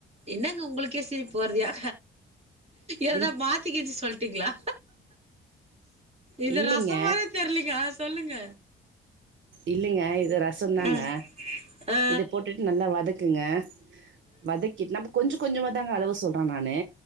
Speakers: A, on the right; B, on the right.
A: என்னங்க உங்களுக்கே சரிப்பு வருதுயா ஏதா
B: இல்
A: மாத்தி கீத்தி சொல்ட்டீங்களா இது
B: இல்லைங்க
A: ரச மாரே தெரிலங்க சொல்லுங்க
B: இல்லைங்க இது ரசொ தாங்க
A: ஆ ஆ
B: இத போட்டுட்டு நல்லா வதக்குங்க வதக்கிட்டு நம்ம கொஞ்சொ கொஞ்சொமா தாங்க அளவு சொல்றா நானு